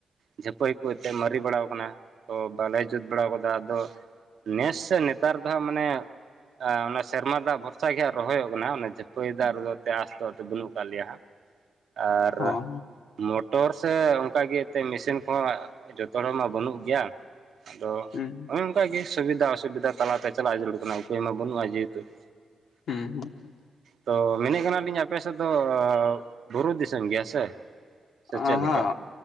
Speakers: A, on the right; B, on the left.
A: ᱡᱷᱟᱹᱯᱟᱹᱭ ᱠᱚ ᱟᱹᱛᱮᱫ ᱢᱟᱨᱤ ᱵᱟᱲᱟᱣ ᱠᱟᱱᱟ, ᱛᱚ ᱵᱟᱞᱮ ᱡᱩᱛ ᱵᱟᱲᱟᱣ ᱠᱟᱫᱟ ᱟᱫᱚ᱾ ᱱᱮᱥ ᱥᱮ ᱱᱮᱛᱟᱨ ᱫᱚ ᱦᱟᱸᱜ ᱢᱟᱱᱮ ᱚᱱᱟ ᱥᱮᱨᱢᱟ ᱫᱟᱜ ᱵᱷᱚᱨᱥᱟ ᱜᱮ ᱦᱟᱸᱜ ᱨᱚᱦᱚᱭᱚᱜ ᱠᱟᱱᱟ ᱚᱱᱮᱡᱮ ᱾ ᱯᱟᱹᱭᱫᱟᱨ ᱫᱚ ᱯᱮᱭᱟᱥ ᱫᱚ ᱟᱫᱚ ᱵᱟᱹᱱᱩᱜ ᱠᱟᱜ ᱞᱮᱭᱟ ᱦᱟᱸᱜ ᱟᱨ
B: ᱦᱚᱸ
A: ᱢᱚᱴᱚᱨ ᱥᱮ ᱚᱱᱠᱟ ᱜᱮ ᱮᱛᱮ ᱢᱮᱥᱤᱱ ᱠᱚᱦᱚᱸ ᱡᱚᱛᱚ ᱦᱚᱲ ᱢᱟ ᱵᱟᱹᱱᱩᱜ ᱜᱮᱭᱟ ᱾ ᱟᱫᱚ
B: ᱦᱚᱸ
A: ᱚᱱᱮ ᱚᱱᱠᱟᱜᱮ ᱥᱩᱵᱤᱫᱟ ᱚᱥᱩᱵᱤᱫᱟ ᱛᱟᱞᱟᱛᱮ ᱪᱟᱞᱟᱜ ᱡᱟᱹᱨᱩᱲ ᱠᱟᱱᱟ, ᱩᱯᱟᱹᱭ ᱢᱟ ᱵᱟᱹᱱᱩᱜᱼᱟ ᱡᱮᱦᱮᱛᱩ ᱾
B: ᱦᱩᱸ ᱦᱩᱸ,
A: ᱛᱚ ᱢᱮᱱᱮᱜ ᱠᱟᱱᱟᱞᱤᱧ ᱟᱯᱮ ᱥᱮᱫ ᱫᱚ ᱵᱩᱨᱩ ᱫᱤᱥᱚᱢ ᱜᱮᱭᱟ ᱥᱮ? ᱥᱮ ᱪᱮᱫ
B: ᱚᱦᱚᱜ
A: ᱞᱮᱠᱟ